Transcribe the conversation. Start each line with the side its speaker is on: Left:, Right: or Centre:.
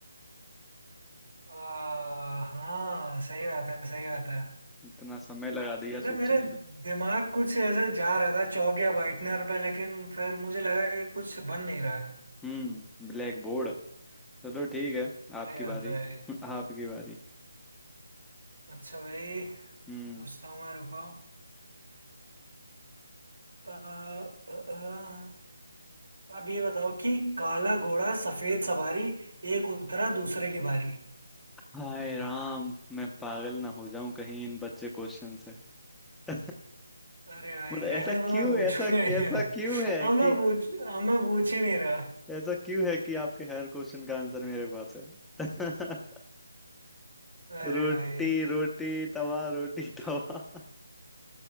Right: आ, हाँ सही बात है सही बात है
Centre: इतना समय लगा दिया
Right: मतलब
Centre: सोचने
Right: मेरा
Centre: में
Right: दिमाग कुछ ऐसे जा रहा था चौक या वाइटनर पे लेकिन फिर मुझे लगा कि कुछ बन नहीं रहा है
Centre: हम्म Black board चलो ठीक है आपकी
Right: सही बात
Centre: बारी
Right: है
Centre: <laughs> आपकी बारी
Right: अच्छा भाई
Centre: हम्म
Right: पूछता हूँ मैं रुको आ, आ, अब ये बताओ कि काला घोड़ा सफेद सवारी एक उतरा दूसरे की बारी
Centre: हाय राम मैं पागल ना हो जाऊं कहीं इन बच्चे क्वेश्चन से <laughs>
Right: अरे भाई
Centre: मतलब
Right: रहने
Centre: ऐसा
Right: तो
Centre: क्यों
Right: मैं पूछूंगा
Centre: ऐसा कैसा
Right: ही नहीं अब
Centre: क्यों है
Right: अब
Centre: कि
Right: मैं पूछ अब मैं पूछ ही नहीं रहा
Centre: <laughs> ऐसा क्यों है कि आपके हर क्वेश्चन का आंसर मेरे पास है <laughs>
Right: अरे
Centre: रोटी
Right: भाई
Centre: रोटी तवा रोटी <laughs> तवा